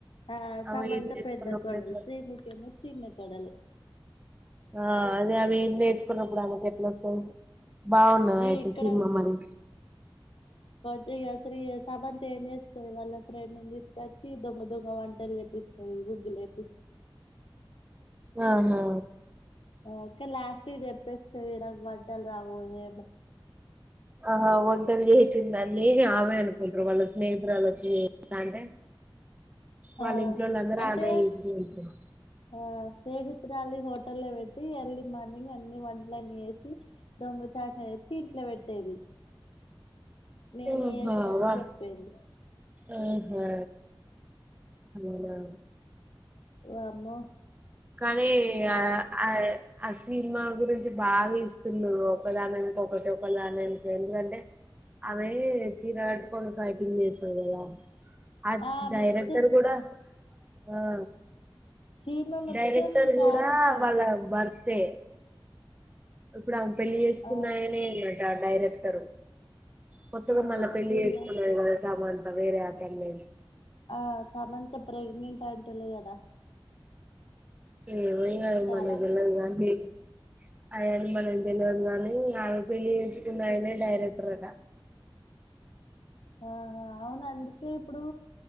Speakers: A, on the left; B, on the right.
A: ఆ
B: ఆమె
A: సమంత
B: ఏం నేర్చుకోనప్పుడు
A: పెద్ద కొడలు
B: ఎట్లా వస్తది
A: శ్రీముఖి ఏమో చిన్న కోడలు
B: ఆ అదే అవి ఏం నేర్చుకొనప్పుడు ఆమెకు కెట్ల అస్తది బాగుందా
A: నీ
B: అయితే
A: ఇక్కడ
B: సినిమా మరి
A: ఇగ అసలు శ్రీ సమంత ఏం చేస్తది వాళ్ళ ఫ్రెండ్ని తీసుకొచ్చి దొంగ దొంగ వంటలు లేపిస్తది ముగ్గు లేపి
B: ఆహా
A: ఆ కని లాస్ట్ చెప్పేస్తది నాకు వంటలు రావు అని
B: ఆహా వంటలు చేసిందని ఆమె అనుకుంటరు వాళ్ళ స్నేహితురాలు వచ్చి స్త అంటే
A: ఆ
B: వాళ్ళ ఇంట్లోలందరూ
A: అంటే
B: ఆమె నే చేసింది అనుకుంటరు <inaudible>
A: ఆ స్నేహితురాలి హోటల్ లో పెట్టి ఎర్లీ మార్నింగ్ అన్ని వంట్ల అన్ని ఏసి దొంగ చాటున తెచ్చి ఇంట్లో పెట్టేది నేనే
B: ఆహా
A: చేశా
B: వా
A: అని చెప్పేది
B: ఆహా అ
A: ఏమో
B: కానీ ఆ ఆ ఆ సినిమా గురించి బాగ ఇస్తుండే ఒకదాని ఎనుక ఒకటి ఒకదాని ఎనుక ఒకటి ఎందుకంటె అమే చీర కట్టుకుని ఫైటింగ్ చేస్తది కద అ
A: ఆ
B: డైరెక్టర్
A: మొత్తం
B: కూడ ఆ
A: చీరలో మొత్తం
B: డైరెక్టర్
A: శారీసే
B: కూడా వాళ్ళ భర్తఎ ఇప్పుడు ఆమె పెళ్లి చేసుకున్నాయనే
A: ఆ
B: నట డైరెక్టరు కొత్తగా
A: ఆ
B: మళ్ళ పెళ్లి
A: చీరలో
B: చేసుకున్నరు కద సమంత వేరే అతన్ని
A: ఆ సమంత ప్రెగ్నెంట్ అంటులు కద
B: ఏమో ఇగ
A: ఇన్స్టాల
B: మనకి తెల్వది కానీ ఏమో ఆయన్ని మనకు తెలువది గాని ఆమె పెళ్లి చేసుకున్న ఆయన డైరెక్టర్ అట
A: ఆహా అవును అందుకే ఇప్పుడు